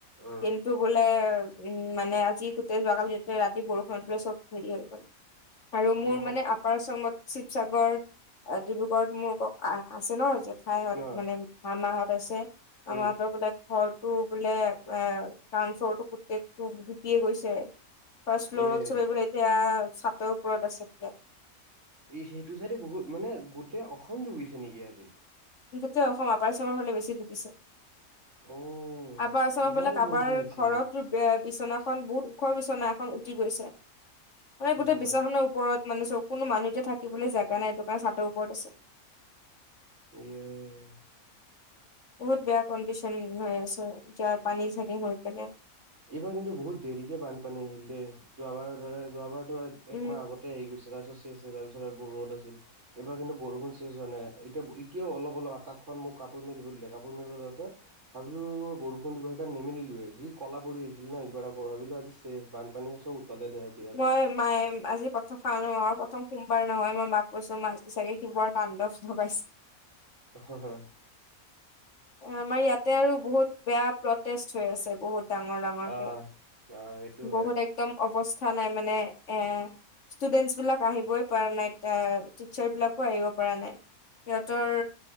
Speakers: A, on the right (about 55°); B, on the left (about 55°).
A: অ
B: হেৰি টো বোলে উম মানে আজি গোটেই যোৱাকালি এ ৰাতি বৰষুণত বোলে চব হেৰি হৈ গ'ল। আৰু
A: অ
B: মোৰ মানে আপাৰ আচামত শিৱসাগৰ এ ডিব্ৰুগড়ত মোৰ ককা আছে ন, জেঠাইহত
A: ন
B: মানে মামাহত আছে। মামাহঁতৰ
A: উম
B: ফালে ঘৰ ও বোলে এ ডাউন ফ্লৰটো গোটেইটো ডুবিয়ে গৈছে। ফাষ্ট ফ্ল'ৰত
A: ইয়ে
B: চবেই বোলে এতিয়া ছাতৰ ওপৰত আছে বোলে।
A: ই, সেইটো চাইডে বহুত মানে গোটেই অসম ডুবিছে নেকি আজি?
B: গোটেই অসম আপাৰ আছামৰ ফালে বেছি ডুবিছে।
A: অ'।
B: আপাৰ আছামত
A: ইমান
B: বোলে কাবাৰ
A: বৰষুণ আহিছে
B: ঘৰতোট বেয়া বিচনাখন বহুত ওখ বিচনা এখন উটি গৈছে। মানে গোটেই
A: বা
B: বিচনাখনৰ ওপৰত মানে চ, কোনো মানুহতে থাকিবলে জাগা নাই চাডৰ ওপৰত আছে।
A: ইয়ে
B: বহুত বেয়া কণ্ডিচন হৈ আছে। যাৰ পানী ছানি হয় পেলাই।
A: এইবাৰ কিন্তু বহুত দেৰিকে বানপানী আহিল দেই। যোৱাবাৰৰ দৰে যোৱাবাৰতো এক-একমাহ
B: উম
A: আগত কে, আহি গৈছে তাৰপিছত চেচে তাৰপিছত আৰু বৰ ৰ'দ আছিল। এইবাৰ কিন্তু বৰষুণ চেছ হোৱা নাই। এতিয়া এতিয়াও অলপ অলপ আকাশখন মোক কাপোৰ মেলিব দিলে কাপোৰ মেলিব যাওঁতে ভাবিলো বৰষুণ দিব সেইকাৰণে নেমেলিলোয়েই। যি কলা পৰি আহিছিল ন' একবাৰ আকৌ ভাবিলো আজি চেছ বানপানীয়ে চব উতালে দে আজ
B: মই মায়ে আজি প শাওনৰ মাহৰ প্ৰথম সোমবাৰ নহয় মই মাক কৈছো মাহতোটো চাগে শিৱৰ তাণ্ডৱ জগাইছে
A: হ হ হ
B: অ', আমাৰ ইয়াতে আৰু বহুত বেয়া প্ৰটেষ্ট হৈ আছে বহুত। ডাঙৰ ডাঙৰকে।
A: আহ আহ সেইটো হয়
B: বহুত একদম অৱস্থা নাই মানে এ ষ্টুডেন্টচ বিলাক আহিবই পাৰা নাই এ টিচাৰ বিলাকো আহিব পাৰা নাই। সিহঁতৰ